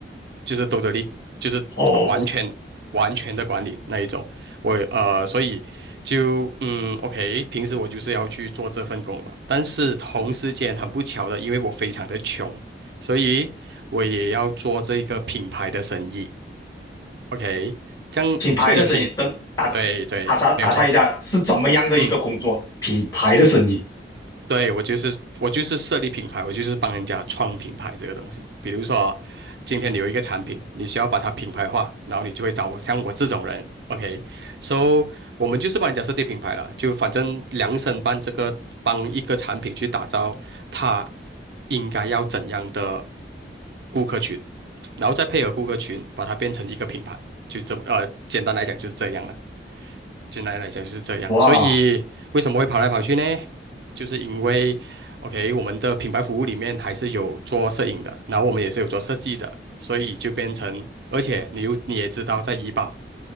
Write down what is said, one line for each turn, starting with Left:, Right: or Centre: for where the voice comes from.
Right: 就是兜得力，就是呃完全完全的管理那一种。
Left: 哦，
Right: 我呃，所以就嗯，OK，平时我就是要去做这份工嘛。但是同时间很不巧的，因为我非常的穷。所以我也要做这个品牌的生意。OK，这样处理品，
Left: 品牌的生意，等打
Right: 对对，
Left: 打岔打岔一下，
Right: 没有错。
Left: 是怎么样的一个工作？
Right: 嗯。
Left: 品牌的生意，
Right: 对，我就是我就是设立品牌，我就是帮人家创品牌这个东西。比如说，今天你有一个产品，你需要把它品牌化，然后你就会找我像我这种人，OK？So 我们就是帮人家设计品牌了，就反正量身办这个，帮一个产品去打造它应该要怎样的顾客群，然后再配合顾客群，把它变成一个品牌，就这呃，简单来讲就是这样了。简单来讲就是这样，
Left: 哇。
Right: 所以为什么会跑来跑去呢？就是因为，OK，我们的品牌服务里面还是有做摄影的，然后我们也是有做设计的，所以就变成，而且你又你也知道，在怡保